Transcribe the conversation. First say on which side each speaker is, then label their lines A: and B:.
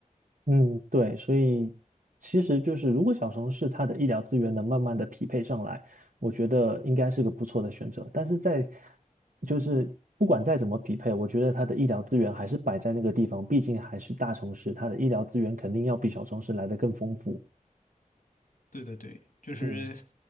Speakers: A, on the right; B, on the left.
A: 嗯，对，所以其实就是，如果小城市它的医疗资源能慢慢的匹配上来，我觉得应该是个不错的选择。但是在就是不管再怎么匹配，我觉得它的医疗资源还是摆在那个地方，毕竟还是大城市，它的医疗资源肯定要比小城市来的更丰富。
B: 对对对，就是
A: 嗯，